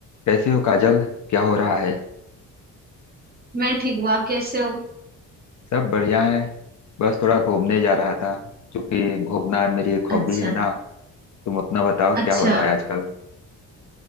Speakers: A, on the left; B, on the right.
A: कैसी हो काजल क्या हो रहा है
B: मैं ठीक हूँ आप कैसे हो
A: सब बढ़िया है बस थोड़ा घूमने जा रहा था क्योंकि घूमना मेरी एक हॉबी
B: अच्छा
A: है ना तुम अपना बताओ
B: अच्छा
A: क्या हो रहा है आजकल